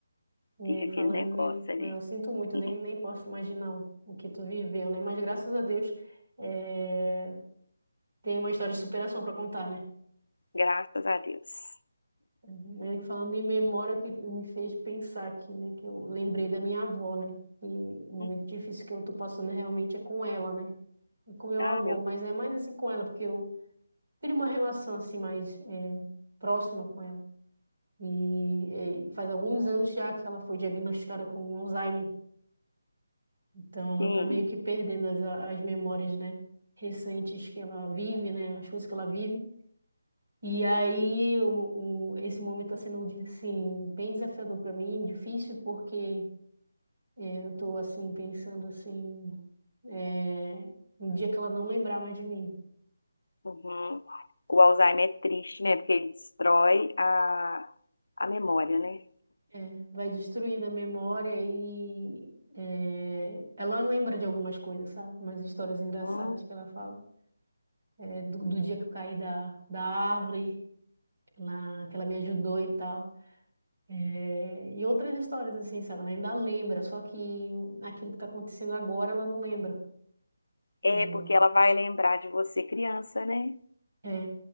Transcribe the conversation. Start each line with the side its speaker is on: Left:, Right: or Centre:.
Right: E
Left: fica
Right: aí,
Left: aquele
Right: falando,
Left: negócio
Right: nem,
Left: ali.
Right: eu sinto muito,
Left: <laughs>
Right: nem, nem posso imaginar o o que tu viveu, né? Mas graças a Deus, é, tem uma história de superação para contar, né?
Left: Graças a Deus.
Right: Meio que falando em memória, que me fez pensar aqui, né? Que eu lembrei da minha avó, né? Que o momento
Left: <laughs>
Right: difícil que eu tô passando realmente é com ela, né? E com meu
Left: Ah,
Right: avô,
Left: meu,
Right: mas é mais assim com ela, porque eu tive uma relação assim mais é, próxima com ela. E eh, faz alguns anos já que ela foi diagnosticada com Alzheimer. Então ela
Left: sim.
Right: tá meio que perdendo as, as memórias, né, recentes que ela vive, né, as coisas que ela vive. E aí o, o- esse momento tá sendo assim bem desafiador para mim, difícil porque eh, eu tô assim pensando assim, eh, no dia que ela não lembrar mais de mim,
Left: Uhum. O Alzheimer é triste, né? Porque ele destrói a, a memória, né?
Right: eh, vai destruindo a memória e eh, ela lembra de algumas coisas, sabe? Umas histórias engraçadas
Left: Hum.
Right: que ela fala. é, do, do dia que eu caí da, da árvore, lá, que ela me ajudou e tal. É, e outras histórias, assim, sabe? Ela ainda lembra, só que aquilo que tá acontecendo agora, ela não lembra. É,
Left: É, porque ela vai lembrar de você criança, né?
Right: é,